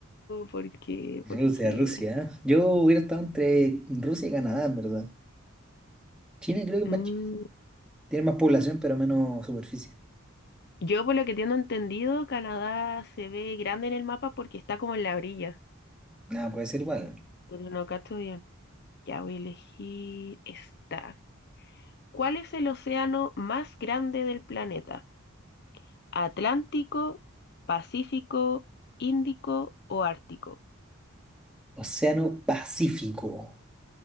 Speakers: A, on the left; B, in the centre.
A: porque,
B: Rusia,
A: porque
B: Rusia. Yo hubiera estado entre Rusia y Canadá, en verdad. China creo que es
A: mm,
B: más chiquita. Tiene más población, pero menos superficie.
A: yo por lo que tengo entendido, Canadá se ve grande en el mapa porque está como en la orilla,
B: Nada, puede ser igual.
A: pero no cacho bien. Ya voy a elegir esta. ¿Cuál es el océano más grande del planeta? ¿Atlántico, Pacífico, Índico o Ártico?
B: Océano Pacífico.